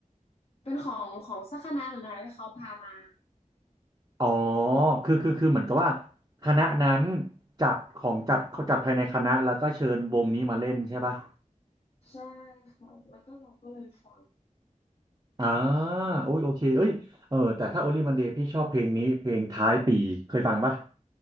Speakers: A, on the left; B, on the right.
A: เป็นของของสักคณะหรืออะไรที่เขาพามา
B: อ๋อ คือคือคือเหมือนกับว่าคณะนั้นจัดของจัดจัดภายในคณะแล้วก็เชิญวงนี้มาเล่นใช่ป่ะ
A: ใช่ค่ะแล้วก็เราก็เลยฟัง
B: อ่าโอ้ยโอเคเอ้ยเออแต่ถ้า Only Monday พี่ชอบเพลงนี้เพลงท้ายปีเคยฟังป่ะ